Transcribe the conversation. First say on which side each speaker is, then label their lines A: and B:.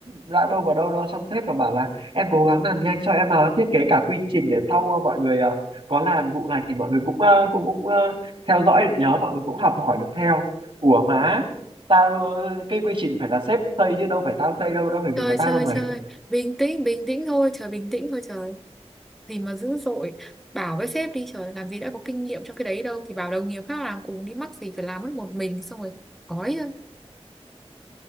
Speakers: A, on the right; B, in the centre.
A: đã đâu vào đâu đó xong sếp còn bảo là em cố gắng làm nhanh cho em ờ, thiết kế cả quy trình để sau ờ, mọi người ờ, có làm vụ này thì mọi người cũng ờ, cũng cũng ờ, theo dõi được nhớ mọi người cũng học hỏi được theo ủa má tao ờ, cái quy trình phải là sếp xây chứ đâu phải tao xây đâu đâu phải việc
B: chơi
A: của tao
B: chơi
A: đâu mà
B: chơi bình tĩnh bình tĩnh thôi trời bình tĩnh thôi trời gì mà dữ dội bảo với sếp đi trời làm gì đã có kinh nghiệm trong cái đấy đâu thì bảo đồng nghiệp khác làm cùng đi mắc gì phải làm mất một mình xong rồi gói thôi